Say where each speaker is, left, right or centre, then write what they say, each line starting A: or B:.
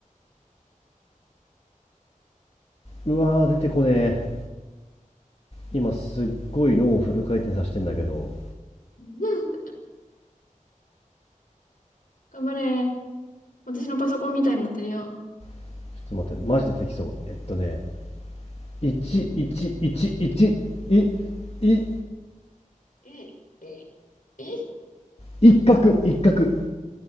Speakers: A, on the left; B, on the left.
A: うわー、出てこねえ。今すっごい脳をフル回転させてんだけど。
B: <laughs> うん。頑張れ。私のパソコンみたいになってるよ。
A: ちょっと待って、マジ出てきそう。えっとね、1、
B: うん。
A: 1、1、1、い、い、
B: え、え、え、
A: 一角、一角。